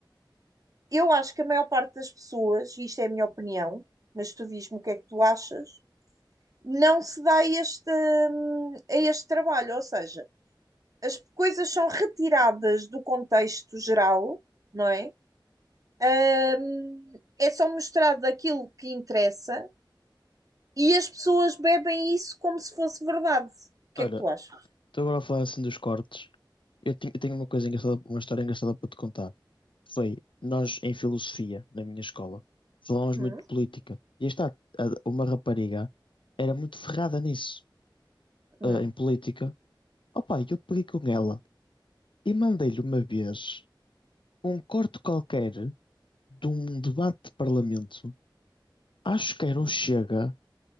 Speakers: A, on the right; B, on the left.
A: Eu acho que a maior parte das pessoas, e isto é a minha opinião, mas tu diz-me o que é que tu achas, não se dá este, hum, a este trabalho, ou seja, as coisas são retiradas do contexto geral, não é? Um, É só mostrado aquilo que interessa e as pessoas bebem isso como se fosse verdade. O que
B: Olha,
A: é que tu achas?
B: estou agora a falar assim dos cortes. Eu tenho, eu tenho uma coisa engraçada, uma história engraçada para te contar. Foi, nós em filosofia, na minha escola, falámos
A: Hum?
B: muito de política. E aí está, a- uma rapariga era muito ferrada nisso.
A: Hum.
B: eh, em política. Opa, eu peguei com ela e mandei-lhe uma vez um corte qualquer de um debate de parlamento. Acho que era o Chega,